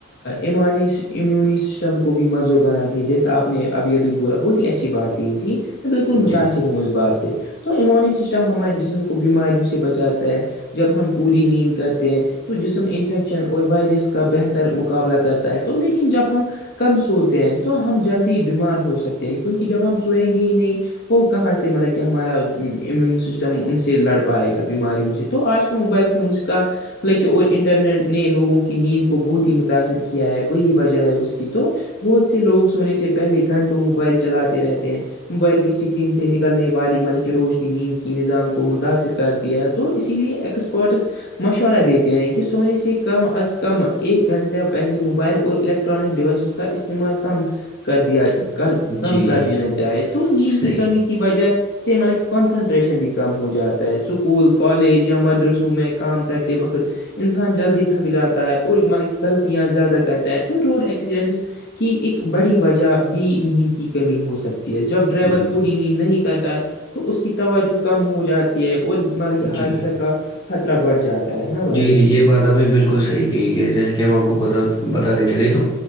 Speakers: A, on the left; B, on the left.
A: ایمانی امیونی سسٹم کو بھی مضبط بنات د ہے جیسا آپ نے ابھی ابھی بولا بہت ہی اچھی بات ہے تھی میں بالکل متاثر
B: جی
A: ہوں اس بات سے تو امونی سسٹم ہمارے جسم کو بیماریوں سے بچاتا ہے جب ہم پوری نیند کرتے ہیں تو جسم انفیکشن اور وائرس کا بہتر مقابلہ کرتا ہے تو لیکن جب ہم کم سوتے ہیں تو ہم جلدی بیمار ہو سکتے ہیں کیونکہ جب ہم سوئیں گے ہی نہیں وہ کہاں سے مطلب کہ ہمارا امیون سسٹم ان سے لڑ پائے گا بیماریوں سے تو آج موبائل فونس کا بکہ اور انٹرنیٹ نے لوگوں کی نیند کو بہت ہی متاأثر کیا ہے وہی وجہ ہے اس کی تو بہت سے لوگ سونے سے پہلے گھنٹوں موبائل چلاتے رہتے ہیں موبائل کی اسکرین سے نکلنے والی ملک روشنی نیند کی نظام کو متاثر کر کرتی ہیے تو اسی لیے ایکسپرٹس مشور ا دیتے ہیں کہ سونے سے کم از کم ایک گھنٹہ پہلے موبائل اور الیکٹرانک ڈیوائسز کا اسع استعمال ک کم
B: جی جی
A: کر دینا
B: جی
A: چاہے تو نیند
B: صحیح
A: کی کمی وجہ سے مطلب کہ کانسنٹریشن بھی کم ہو جاتا ہے اسکول کالج یا مدرسوں میں کام کرتے وقت انسان جلدی تھک جاتا ہے اور مطلب کہ غلطیاں زیادہ کرتا ہے تو روڈ ایکسیڈنٹس کی ایک بڑی وجہ بھی نیند کی کمی ہو سکتی ہے جب ڈرائیور
B: ہم،
A: پوری نیند نہیں کرتا ہے تو تو اس کی توجہ کم ہو جاتی ہے اور مطلب کہ حادثہ
B: جی
A: کا خطرہ بڑھ جاتا ہے نا بھائی
B: جی
A: جان
B: جی یہ بات آپ نے بالکل صحیح کہ جیسا کہ ہم آپ کو بتا بتا دیں چلے تو